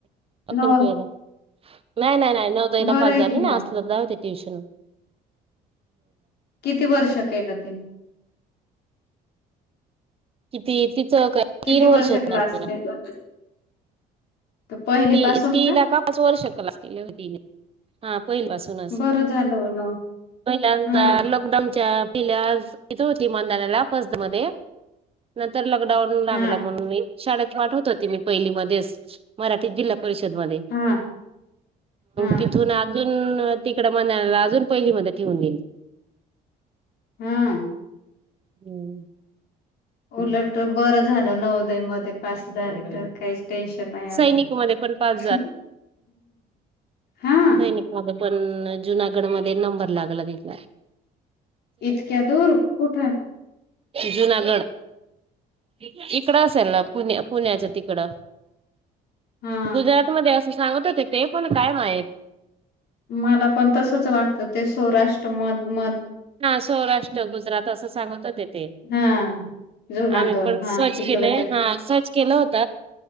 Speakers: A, on the right; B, on the left.
A: अकल
B: न
A: कोुला नाही, नाही, नाही, नवोदयला
B: बरं
A: पास
B: आहे
A: झाली
B: की मग
A: ना, जाऊदे ट्युशन ला.
B: किती वर्ष केल तिन.
A: किती तिच काय
B: किती
A: तीन वर्ष ह
B: क्लास केला पहिली
A: तीला
B: पासून
A: का पाच वर्ष लागले होते पहिली पासूनच,
B: बरं झालं न
A: पहिल्यांदा
B: हा
A: लॉकडाऊनच्या ति इथ होती मदाण्याला फर्स्ट मध्ये तर लॉकडाऊन लागला
B: हा
A: मग शाळेत पाठवत होती मी पहिली मधेच मराठी जि परिषद मग
B: हा हा
A: तिथून अजून तिकड म्हणा अजून, पहिली मध्ये ठेवून दिल.
B: हम्म.
A: हम्म
B: उलट बर झाल नवोदय मध्ये पास झाले त र काहीच टेशन नाही
A: सैनिक मध्ये पण पास
B: हा
A: सैनिकां पण जुनागड मध्ये नंबर लागला तथला
B: इतक्या दूर कुठे
A: जुनागड इकडं असेल पुण्या पुण्याच्या तिकड
B: हा
A: गुजरात मध्ये अस सांगत होते ते पण काय माहीत
B: मला पण तसच वागतं ते सौराष्ट्र मध म
A: हा सौराष्ट्र गुजरात असं सांगत होते ते
B: हा जुनागड
A: आम्ही पण
B: हा
A: स्वर्च
B: तिकडच
A: केलंय हा स्र्च केलं होत